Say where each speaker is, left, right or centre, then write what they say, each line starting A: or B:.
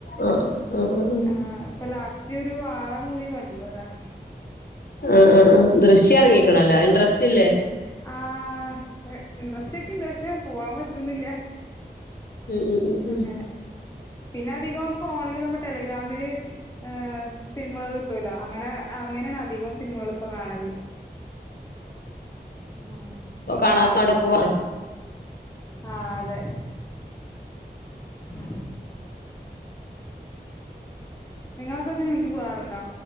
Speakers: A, on the left; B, on the left.
A: ആ ആ ആ ആ.
B: ആഹ് ഇപ്പൊ ലാസ്റ്റ് ഒരു വാഴ മൂവി കണ്ടു അതാ
A: ആഹ് ആഹ് ആഹ് ദൃശ്യം എറങ്ങിക്കണല്ല ഇൻ്ററസ്റ്റില്ലേ
B: ആഹ് ഇൻട്രസ്റ്റ് ഒക്കെ ഇണ്ട് പക്ഷെ പോവാൻ പറ്റുന്നില്ല
A: ഉം ഉം ഉം ഉം
B: അങ്ങനെ പിന്നെ അധികം ഫോണില് നമ്മ ടെലഗ്രാമില് ഏഹ് സിനിമകള് കിട്ടൂല അങ്ങനെ അങ്ങനെയാണ് അധികവും സിനിമകളിപ്പൊ കാണല് ആഹ് ആഹ്
A: ഇപ്പൊ കാണാത്തോടക്ക പോവാ
B: ആഹ് അതെ ഉം നിങ്ങളൊക്കെ സിനിമയ്ക്ക് പൂവാറുണ്ടോ